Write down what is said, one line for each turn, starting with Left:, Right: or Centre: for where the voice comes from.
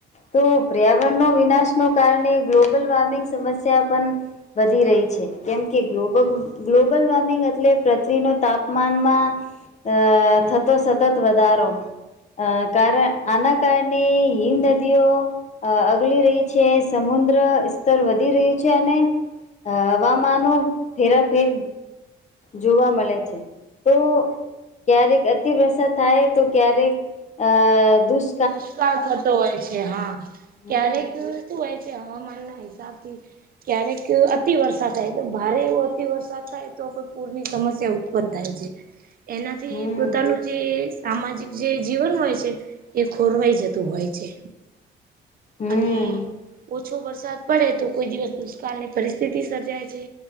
Left: તો પર્યાવરણનો વિનાશનો કારણે ગ્લોબલ વોર્મિંગ સમસ્યા પણ વધી રહી છે. કેમ કે ગ્લોબલ ગ્લોબલ વોર્મિંગ એટલે પૃથ્વીનો તાપમાનમાં અ થતો સતત વધારો અ કારણ આના કારણે હિન્દ નદી અગલી રહી છે, સમુદ્ર સ્તર વધી રહ્યું છે અને અ હવામાનો ફેરાફેર જોવા મળે છે, તો ક્યારેક અતિવરસાદ થાય તો ક્યારેક અ દુષ
Right: દુષ્કાળ થતો હોય છે. હા
Left: હમ
Right: ક્યારેક શું હોય છે હવામાનના હિ સાથી ક્યારેક અતિ વરસાદ થાય તો ભારે એવો અતિ વરસાદ થાય તો પૂરની સમસ્યા ઉત્પન્ન થાય છે. એનાથી
Left: હમ
Right: પોતાનું જે સામાજિક જે જીવન હોય છે એ ખોરવાઈ જતું હોય છે.
Left: હમ
Right: અને ઓછો વરસાદ પડે તો કોઈ દિવસ દુષ્કાળની પરિસ્થિતિ સર્જાય છે